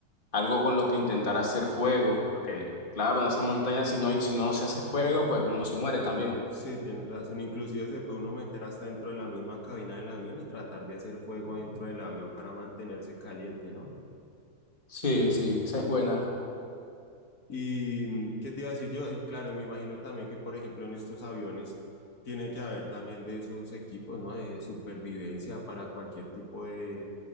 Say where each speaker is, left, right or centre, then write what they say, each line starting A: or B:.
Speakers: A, on the left (about 35°); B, on the left (about 70°).
A: algo con lo que intentar hacer fuego, porque claro, en esa montaña si no hay, si no se hace fuego, pues uno se muere también.
B: Sí, tienes razón. Inclusive se puede uno meter hasta dentro de la misma cabina del avión y tratar de hacer fuego dentro del avión para mantenerse caliente, ¿no?
A: Sí, sí, esa es buena.
B: ¿Y mm, qué te iba a decir yo? Y Claro, me imagino también que, por ejemplo, en estos aviones tiene que haber también de esos equipos, ¿no? De supervivencia para cualquier tipo de,